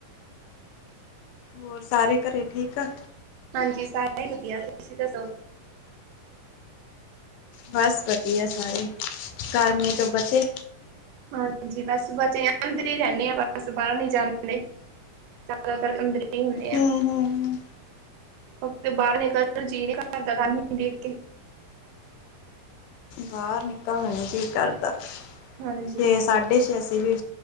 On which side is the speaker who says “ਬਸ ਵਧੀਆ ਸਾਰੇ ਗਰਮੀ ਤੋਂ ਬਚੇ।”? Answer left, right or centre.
Left